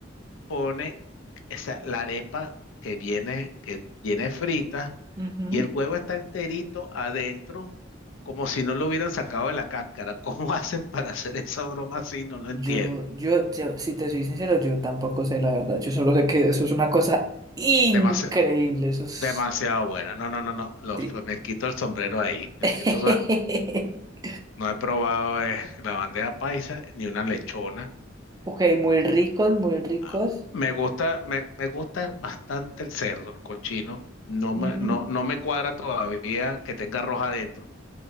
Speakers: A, on the left; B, on the right.
A: ponen esa, la arepa que viene, que viene frita
B: Ujú.
A: y el huevo está enterito adentro, como si no lo hubieran sacado de la cáscara. ¿Cómo <laughs> hacen para hacer esa broma así? No lo
B: Yo,
A: entiendo.
B: yo, yo, si te soy sincero, yo tampoco sé la verdad. Yo solo sé que eso es una cosa increíble.
A: Demasi-
B: Eso es.
A: demasiado buena. No, no, no, no. Lo-
B: Sí.
A: me quito el sombrero ahí. Me
B: <laughs>
A: quito, el som- no he probado eh, la bandeja paisa ni una lechona.
B: Ok, muy ricos, muy ricos.
A: Ah, Me gusta, me, me gusta bastante el cerdo, el cochino. No me,
B: Ujú.
A: no, no me cuadra todavía que tenga arroz adentro,